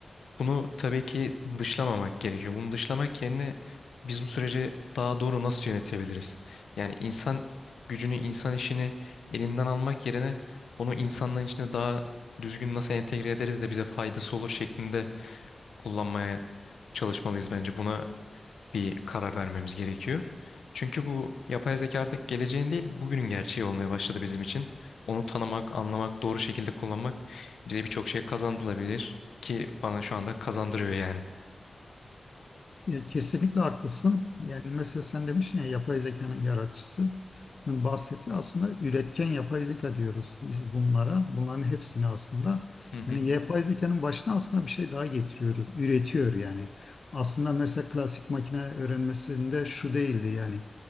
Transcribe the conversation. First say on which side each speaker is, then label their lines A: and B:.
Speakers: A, on the left; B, on the left.
A: bunu tabii ki dışlamamak gerekiyor. Bunu dışlamak yerine biz bu süreci daha doğru nasıl yönetebiliriz? Yani insan gücünü, insan işini elinden almak yerine onu insanların içine daha düzgün nasıl entegre ederiz de bize faydası olur şeklinde kullanmaya çalışmalıyız bence. Buna bir karar vermemiz gerekiyor. Çünkü bu yapay zeka artık geleceğin değil, bugünün gerçeği olmaya başladı bizim için. Onu tanımak, anlamak, doğru şekilde kullanmak bize birçok şey kazandırabilir ki bana şu anda kazandırıyor yani.
B: Ya, kesinlikle haklısın. Yani mesela sen demiştin ya yapay zekanın yaratıcısının bahsettiği aslında üretken yapay zeka diyoruz biz bunlara. Bunların hepsini aslında
A: Hı hı.
B: yani yapay zekanın başına aslında bir şey daha getiriyoruz. Üretiyor yani. Aslında mesela klasik makine öğrenmesinde şu değildi yani.